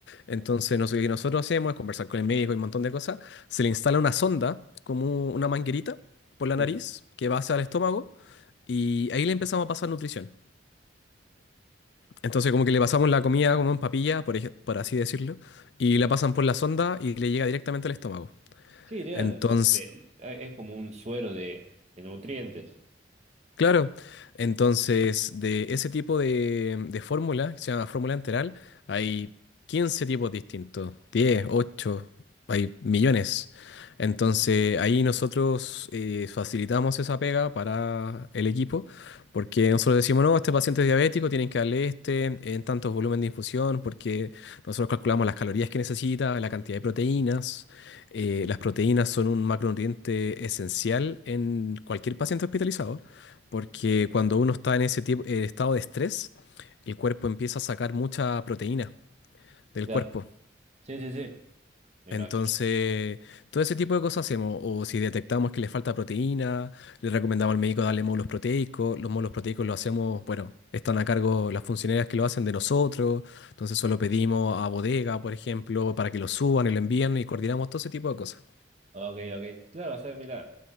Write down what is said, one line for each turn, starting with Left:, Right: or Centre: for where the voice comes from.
Left: Entonces, no sé, lo que nosotros hacemos es conversar con el médico y un montón de cosas. Se le instala una sonda, como una manguerita, por la
Right: sí.
Left: nariz, que va hacia el estómago. Y ahí le empezamos a pasar nutrición. Entonces como que le pasamos la comida como en papilla, por, ej- por así decirlo, y la pasan por la sonda y le llega directamente al estómago.
Right: Sí, llegan,
Left: Entonces,
Right: o sea, le- es como un suero de, de nutrientes.
Left: Claro, entonces de ese tipo de, de fórmula, que se llama fórmula enteral, hay 15 tipos distintos, 10, 8, hay millones. Entonces ahí nosotros eh, facilitamos esa pega para el equipo, porque nosotros decimos, no, este paciente es diabético, tienen que darle este en tantos volumen de infusión, porque nosotros calculamos las calorías que necesita, la cantidad de proteínas. Eh, las proteínas son un macronutriente esencial en cualquier paciente hospitalizado. Porque cuando uno está en ese tipo, eh, estado de estrés, el cuerpo empieza a sacar mucha proteína del
Right: Claro.
Left: cuerpo.
Right: Sí, sí, sí, me
Left: Entonces,
Right: imagino.
Left: todo ese tipo de cosas hacemos. O si detectamos que le falta proteína, le recomendamos al médico darle módulos proteicos. Los módulos proteicos lo hacemos, bueno, están a cargo las funcionarias que lo hacen de nosotros. Entonces, solo pedimos a bodega, por ejemplo, para que lo suban y lo envíen y coordinamos todo ese tipo de cosas.
Right: Ok, ok. Claro, o sea, mira,